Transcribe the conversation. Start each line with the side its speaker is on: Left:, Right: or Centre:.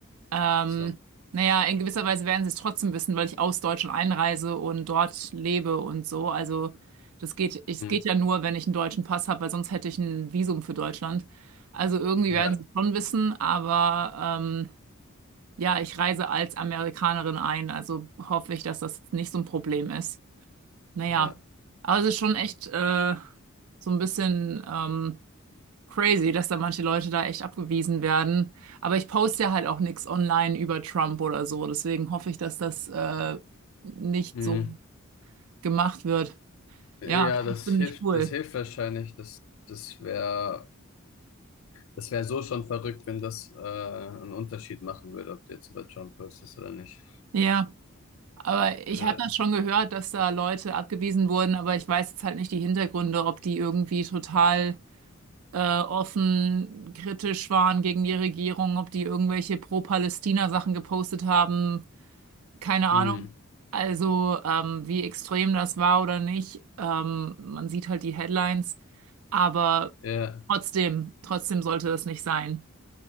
Right: Ähm,
Left: ach so.
Right: naja, in gewisser Weise werden sie es trotzdem wissen, weil ich aus Deutschland einreise und dort lebe und so. Also das geht, es
Left: Hm,
Right: geht ja nur, wenn ich einen deutschen Pass habe, weil sonst hätte ich ein Visum für Deutschland. Also irgendwie
Left: ja,
Right: werden sie es schon wissen, aber ähm, ja, ich reise als Amerikanerin ein, also hoffe ich, dass das nicht so ein Problem ist. Naja,
Left: ja.
Right: aber es ist schon echt äh, so ein bisschen ähm, crazy, dass da manche Leute da echt abgewiesen werden. Aber ich poste ja halt auch nichts online über Trump oder so, deswegen hoffe ich, dass das äh, nicht
Left: Hm.
Right: so gemacht wird.
Left: Ja,
Right: Ja,
Left: das
Right: ziemlich
Left: hilft,
Right: cool.
Left: das hilft wahrscheinlich. Das, das wäre, das wäre so schon verrückt, wenn das äh, einen Unterschied machen würde, ob du jetzt über Trump postest oder nicht.
Right: Ja, aber ich
Left: Äh,
Right: habe das schon gehört, dass da Leute abgewiesen wurden, aber ich weiß jetzt halt nicht die Hintergründe, ob die irgendwie total äh, offen kritisch waren gegen die Regierung, ob die irgendwelche Pro-Palästina-Sachen gepostet haben, keine
Left: hm,
Right: Ahnung. Also, ähm, wie extrem das war oder nicht, ähm, man sieht halt die Headlines, aber
Left: ja,
Right: trotzdem, trotzdem sollte das nicht sein.